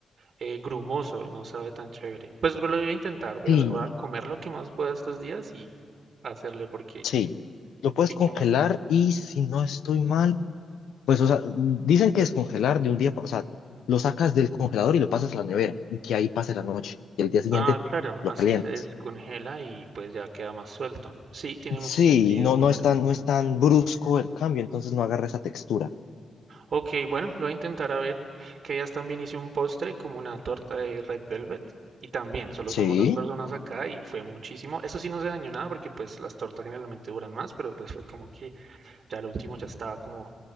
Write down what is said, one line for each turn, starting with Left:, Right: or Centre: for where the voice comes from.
Right: eh, grumoso y no sabe tan chévere. Pues lo voy a intentar, voy
Left: Sí,
Right: a, voy a comer lo que más pueda estos días y hacerle porque,
Left: sí. Lo puedes
Right: porque
Left: congelar
Right: ¿qué más?
Left: y si no estoy mal, pues, o sea, mm, dicen que descongelar de un día, pa- o sea, lo sacas del congelador y lo pasas a la nevera y que ahí pase la noche y el día siguiente
Right: Ah, claro,
Left: lo
Right: así
Left: calientas.
Right: se descongela y pues ya queda más suelto. Sí, tiene mucho
Left: Sí,
Right: sentido,
Left: no,
Right: claro.
Left: no es tan, no es tan brusco el cambio, entonces no agarra esa textura.
Right: Ok, bueno, lo voy a intentar a ver. Que ya también hice un postre como una torta de Red Velvet. Y también, solo somos
Left: Sí.
Right: dos personas acá y fue muchísimo. Eso sí no se dañó nada porque pues las tortas generalmente duran más, pero pues fue como que ya lo último ya estaba como,